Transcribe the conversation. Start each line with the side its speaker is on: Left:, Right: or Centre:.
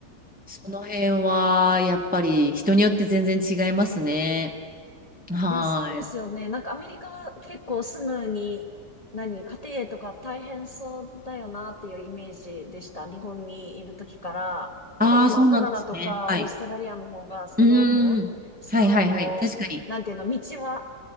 Centre: その辺はやっぱり人によって全然違いますね。
Left: ー。
Centre: はーい。
Left: いや、そうですよね。なんかアメリカは結構住むに、何、家庭とか大変そうだよなっていうイメージでした。日本にいる時から。なんかまあカナダとかオーストラリアの方がその後、
Centre: ああ、そうなんですね。はい。うーん。はいはいはい。
Left: あの、
Centre: 確かに。
Left: なんていうの、道は